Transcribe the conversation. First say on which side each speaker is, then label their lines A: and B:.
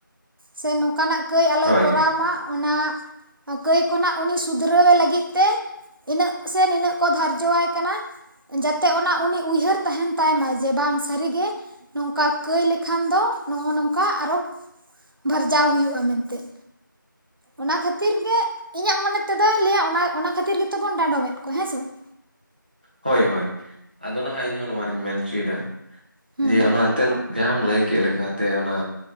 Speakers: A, on the right; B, on the right.
A: ᱥᱮ ᱱᱚᱝᱠᱟᱱᱟᱜ ᱠᱟᱹᱭ ᱟᱞᱚᱭ
B: ᱦᱳᱭ
A: ᱠᱚᱨᱟᱣ ᱢᱟ ᱚᱱᱟ ᱦᱟ ᱠᱟᱹᱭ ᱠᱷᱚᱱᱟᱜ ᱩᱱᱤ ᱥᱩᱫᱷᱨᱟᱹᱣᱮ ᱞᱟᱹᱜᱤᱫ ᱛᱮ ᱤᱱᱟᱹᱜ ᱥᱮ ᱱᱤᱟᱹᱜ ᱠᱚ ᱫᱷᱟᱨᱡᱚᱣᱟᱭ ᱠᱟᱱᱟ᱾ ᱡᱟᱛᱮ ᱚᱱᱟ ᱩᱱᱤ ᱩᱭᱦᱟᱹᱨ ᱛᱟᱸᱦᱮᱱ ᱛᱟᱭ ᱢᱟ ᱡᱮ ᱵᱟᱝ ᱥᱟᱹᱨᱤᱜᱮ ᱱᱚᱝᱠᱟ ᱠᱟᱹᱭ ᱞᱮᱠᱷᱟᱱ ᱫᱚ ᱱᱚᱜ-ᱚ ᱱᱚᱝᱠᱟ ᱟᱨᱚ ᱵᱷᱟᱨᱡᱟᱣ ᱦᱩᱭᱩᱜ-ᱟ ᱢᱮᱱᱛᱮᱫ᱾ ᱚᱱᱟ ᱠᱷᱟᱹᱛᱤᱨ ᱜᱮ ᱤᱧᱟᱹᱜ ᱢᱚᱱᱮ ᱛᱮᱫᱚᱭ ᱞᱟᱹᱭᱟ ᱚᱱᱟ ᱚᱱᱟ ᱠᱷᱟᱹᱛᱤᱨ ᱜᱮᱛᱚ ᱵᱚᱱ ᱰᱟᱸᱰᱚᱢᱮᱫ ᱠᱚᱣᱟ, ᱦᱮᱸ ᱥᱮ ᱵᱟᱝ?
B: ᱦᱳᱭ ᱦᱳᱭ᱾ ᱟᱫᱚ ᱱᱟᱦᱟᱜ ᱤᱧ ᱦᱚ ᱱᱚᱣᱟᱧ ᱢᱮᱱ ᱚᱪᱚᱭᱮᱫᱟ
A: ᱦᱩᱸ
B: ᱡᱮ ᱚᱱᱟ ᱮᱱᱛᱮᱫ ᱡᱟᱸᱦᱟᱢ ᱞᱟᱹᱭ ᱠᱮᱫ ᱞᱮᱠᱟᱛᱮ ᱚᱱᱟ